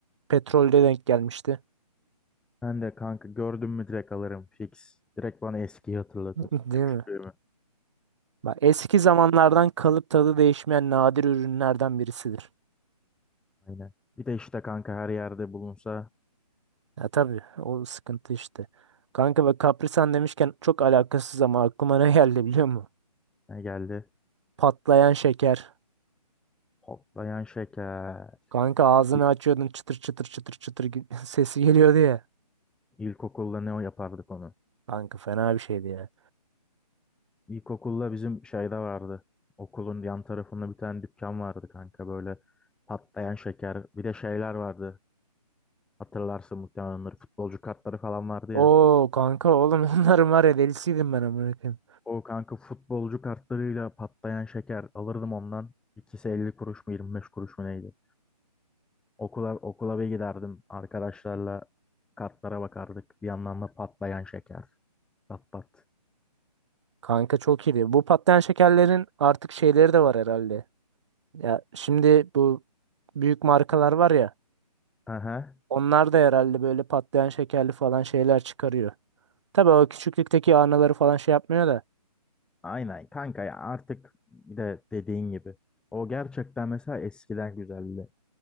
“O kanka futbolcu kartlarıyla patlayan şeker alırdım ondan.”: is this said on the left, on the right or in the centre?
Centre